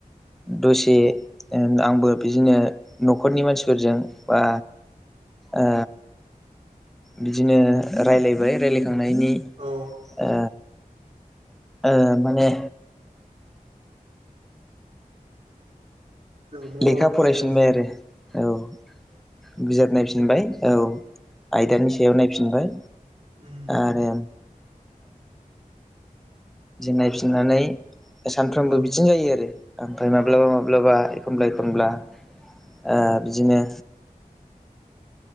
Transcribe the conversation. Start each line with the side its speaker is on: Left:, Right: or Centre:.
Centre: दसे आंबो बिदिनो न'खरनि मानसिफोरजों बा ओ बिदिनो रायलायबाय रायज्लायखांनायनि
Right: ओमफ्राय
Centre: ओ ओ माने,
Right: माबाबा
Centre: लेखा
Right: बिदिनो
Centre: फरायफिनबाय आरो औ बिजाब नायफिनबाय औ आयदानि
Right: उम
Centre: सायाव नायफिनबाय
Right: उम
Centre: आरो नाय फिनानै सानफ्रामबो
Right: औ
Centre: बिदिनो जायो आरो ओमफ्राय माब्लाबा
Right: औ
Centre: -माब्लाबा, एखमब्ला- एखमबा होनब्ला
Right: औ
Centre: बिदिनो